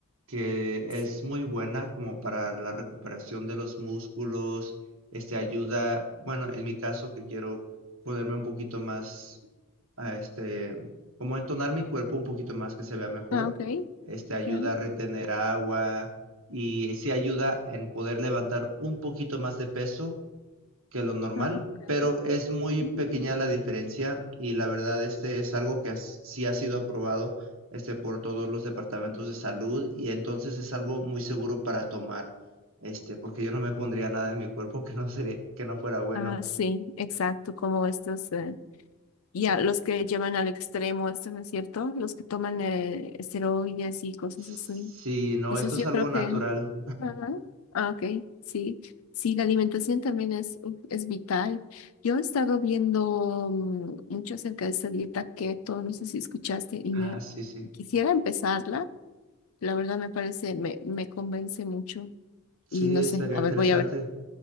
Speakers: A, on the right; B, on the left.
A: que
B: sí.
A: es muy buena como para la recuperación de los músculos, este ayuda, bueno, en mi caso que quiero ponerme un poquito más a este, como entonar mi cuerpo un poquito más que se vea mejor.
B: Ah, ok,
A: Este ayuda
B: ya.
A: a retener agua y sí ayuda en poder levantar un poquito más de peso que lo normal,
B: Ah, ok.
A: pero es muy
B: mm.
A: pequeña la diferencia y la verdad este es algo que as- sí ha sido aprobado este por todos los departamentos de salud y entonces es algo muy seguro para tomar este porque yo no me pondría nada en mi cuerpo que no sería que no fuera bueno.
B: Ah, sí, exacto, como estos. eh, Y a los que llevan al extremo, esto no es cierto, los que toman eh, esteroides y cosas
A: Sí,
B: así.
A: no,
B: Eso
A: esto
B: sí,
A: es
B: yo
A: algo
B: creo
A: natural.
B: que... Ajá. Ah, ok, sí. Sí, la alimentación también es, es vital. Yo he estado viendo mm, mucho acerca de esta dieta keto, no sé si escuchaste, y
A: Ah,
B: me
A: sí, sí.
B: quisiera empezarla. La verdad me parece, me, me convence mucho.
A: Sí,
B: Y no
A: estaría
B: sé, a
A: interesante.
B: ver, voy a ver.